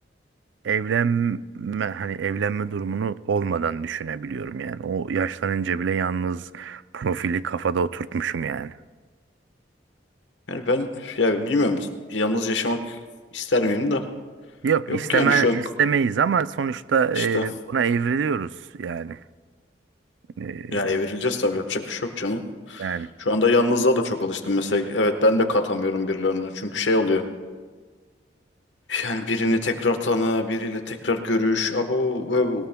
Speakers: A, on the right (about 80°); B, on the left (about 85°).
A: evlenme hani evlenme durumunu olmadan düşünebiliyorum yani. O yaşlanınca bile yalnız profili kafada oturtmuşum yani.
B: Yani ben ya bilmiyorum yalnız yaşamak ister miyim da?
A: Yok
B: Yok
A: isteme
B: yani şu an
A: istemeyiz ama sonuçta e,
B: işte
A: buna evriliyoruz yani. E,
B: ya evrileceğiz tabii yapacak bir şey yok canım.
A: yani
B: Şu anda yalnızlığa da çok alıştım mesela. Evet ben de katamıyorum birilerine. Çünkü şey oluyor. Yani birini tekrar tanı, biriyle tekrar görüş. Abo böyle